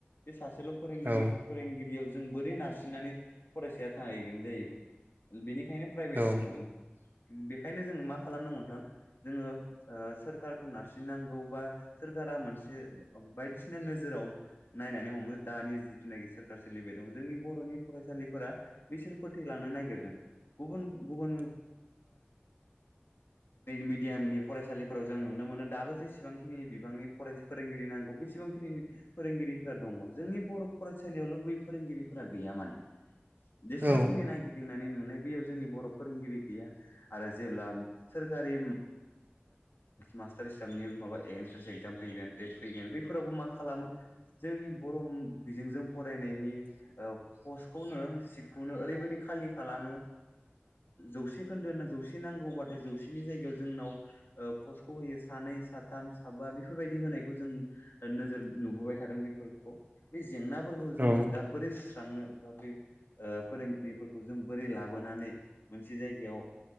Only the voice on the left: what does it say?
बे सासे फोरोंगिरि
फोरोंगिरियाव जों बोरै नारसिननानै फरायसाया थाहैगोन जाहैबाय बेनि बेंखायनो प्राइभेटाव
थांदों बेखायनो जोङो मा खालामनांगौ नोंथां जोङो ओ सोरखार खौ नारसिननांगौ बा सोरखारा मोनसे बायदिसिना नोजोराव नायनानै दानि जिथुनाखि सोर सोलिबाय दं जोंनि बर'नि फरायसालिफोरा बिसोर फोथैलांनो नागिरदों गुबुन गुबुन मिडियामनि फरायसालिफोराव जों नुनो मोनो दाबो जेसेबांखिनि बिबांनि फोरोंगिरि नांगौ बेसेबांखिनि फोरोंगिरि दङ जोंनि बर' फरायसालियावल' बै फोरोंगिरिफोरा गैया मोन जेसेबांखिनि
नायगिदिंनाय बै नुनाय बैयाव जोंनि बर' फोरोंगिरि गैया आरो जेब्ला सोरखारि मास्टार हिसाबनि माबा एन्ट्रेन्स एक्जाम फैगोन टेट फैगोन बैफोरावबो मा खालामो जोंनि बर' बिजोंजों फरायनायनि पस्टखौनो सिटखौनो ओरैबायदि खालि खालामो जौसे खोन्दो होनना जौसे नांगौबाथाय जौसेनि जायगायाव जोंनाव पस्टखौ होयो सानै साथाम साबा बेफोरबायदि होनायखौ जों नोजोर नुबोबाय थादों बे फोरखौ बे जेंनाफोरखौ
जोङो दा बोरै स्रांनो बा बै ओ फोरोंगिरिफोरखौ जों बोरै लाबोनानै मोनसे जायगायाव